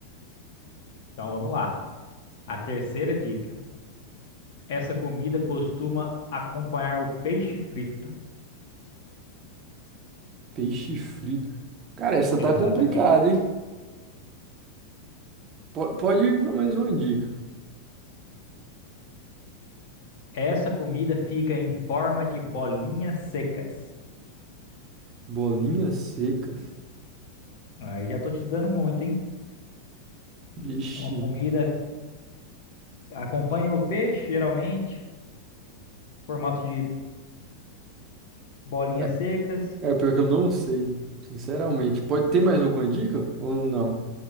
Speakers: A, on the left; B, on the right.
A: Então vamos lá. A terceira dica. Essa comida costuma acompanhar o peixe frito.
B: Peixe frito. Cara, essa tá
A: Exatamente.
B: complicada, hein? Po- pode ir para mais uma dica.
A: Essa comida fica em forma de bolinhas secas.
B: Bolinhas secas.
A: Aí já tô te dando muito, hein?
B: Vixe.
A: É uma comida, acompanha o peixe, geralmente, formato de bolinhas
B: É,
A: secas.
B: é, pior que eu não sei, sinceramente. Pode ter mais alguma dica ou não?